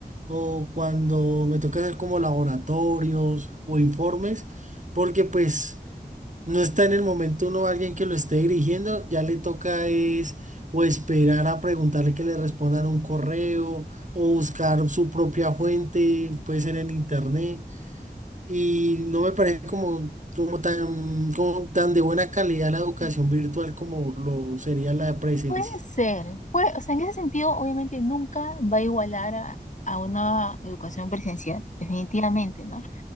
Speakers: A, on the right; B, on the left.
A: o cuando me toca hacer como laboratorios o informes, porque pues no está en el momento uno alguien que lo esté dirigiendo, ya le toca es o esperar a preguntarle que le respondan un correo o buscar su propia fuente, puede ser en internet. Y no me parece como, como tan, como tan de buena calidad la educación
B: Mm,
A: virtual como lo sería la presencial.
B: Puede ser, puede, o sea, en ese sentido, obviamente nunca va a igualar a, a una educación presencial, definitivamente, ¿no?